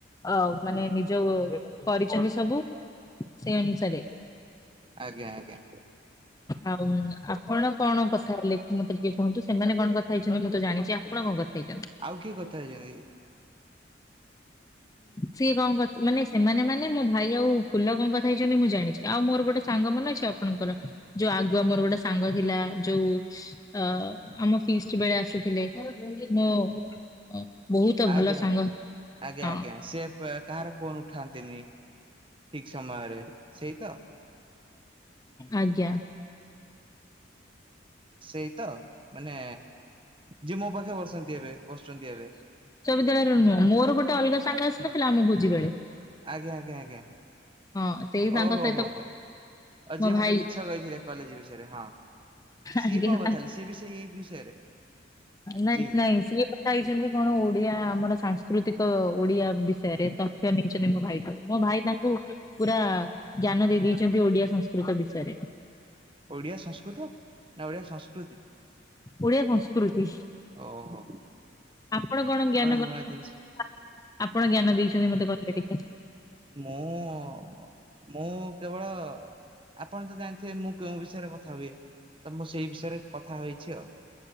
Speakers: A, on the left; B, on the right.
A: ଅ ମାନେ ନିଜ କରିଛନ୍ତି ସବୁ, ସେଇ ଅନୁସାରେ
B: ଆଜ୍ଞା ଆଜ୍ଞା।
A: ଆଉ ଆପଣ କଣ କଥା ହେଲେ, ମତେ ଟିକେ କୁହନ୍ତୁ। ସେମାନେ କଣ କଥା ହେଇଛନ୍ତି ମୁଁ ତ ଜାଣିଛି। ଆପଣ କଣ କଥା ହେଇଛନ୍ତି?
B: ଆଉ କିଏ କଥା ହେଇଛନ୍ତି କି?
A: ସିଏ କଣ ମାନେ ସେମାନେ ମାନେ, ମୋ ଭାଇ ଆଉ ଫୁଲ କଣ କଥା ହେଇଛନ୍ତି ମୁଁ ଜାଣିଛି। ଆଉ ମୋର ଗୋଟେ ସାଙ୍ଗ ମନେ ଅଛି ଆପଣଙ୍କର, ଯୋଉ ଆଗୁଆ ମୋର ଗୋଟେ ସାଙ୍ଗ ଥିଲା, ଯୋଉ ଅ ଆମ ଫିଷ୍ଟ ବେଳେ ଆସୁଥିଲେ। ମୁଁ ଅ ବହୁତ
B: ଆଜ୍ଞା
A: ଭଲ ସାଙ୍ଗ।
B: ଆଜ୍ଞା ଆଜ୍ଞା
A: ହଁ
B: ଆଜ୍ଞା ସେ କାହାର ଫୋନ ଉଠାନ୍ତିନି। ଠିକ୍ ସମୟରେ, ସେଇ ତ?
A: ଆଜ୍ଞା।
B: ସେଇ ତ, ମାନେ ଯିଏ ମୋ ପାଖେ ବସନ୍ତି ଏବେ ବସୁଛନ୍ତି ଏବେ।
A: ଉଚ୍ଚ ବିଦ୍ୟାଳୟର ନୁହଁ, ମୋର ଗୋଟେ ଅଲଗା ସାଙ୍ଗ ଆସିନଥିଲା ଆମ ଭୋଜି ବେଳେ।
B: ଆଜ୍ଞା ଆଜ୍ଞା ଆଜ୍ଞା
A: ହଁ ସେଇ ସାଙ୍ଗ
B: ଓ ହୋ
A: ସହିତ
B: ହୋ ହୋ, ଆଉ
A: ମୋ
B: ଯିଏ
A: ଭାଇ
B: ମତେ ମିଛ ମିଛ କହିଥିଲେ କଲେଜ ବିଷୟରେ ହଁ। ସିଏ
A: ଆଜ୍ଞା
B: କଣ କଥା
A: ତାଙ୍କ
B: ହେଲେ, ସିଏ ବି ସେ ଏ ବିଷୟରେ
A: ନାଇଁ
B: ଜିମ୍।
A: ନାଇଁ ସିଏ କଥା ହେଇଛନ୍ତି, କଣ ଓଡିଆ ଆମର ସାଂସ୍କୃତିକ ଓଡିଆ ବିଷୟରେ। ତଥ୍ୟ ନେଇ <unintelligible> ମୋ ଭାଇକୁ ମୋ ଭାଇ, ତାଙ୍କୁ ପୁରା ଜ୍ଞାନ ଦେଇ ଦେଇଚନ୍ତି ଓଡିଆ ସଂସ୍କୃତ ବିଷୟରେ।
B: ଓଡିଆ ସଂସ୍କୃତ ନା ଓଡିଆ ସଂସ୍କୃତି?
A: ଓଡିଆ ସଂସ୍କୃତି।
B: ଓହୋ
A: ଆପଣ କଣ ଜ୍ଞାନ କ
B: ନୂଆ ଜିନିଷ
A: ଆପଣ ଜ୍ଞାନ ଦେଇଛନ୍ତି ମତେ କହିଲେ ଟିକେ।
B: ମୁଁ- ମୁଁ କେବଳ ଆପଣ ତ ଜାଣିଥିବେ ମୁଁ କେଉଁ ବିଷୟରେ କଥା ହୁଏ, ତ ମୁଁ ସେଇ ବିଷୟରେ କଥା ହେଇଛି ଆଉ।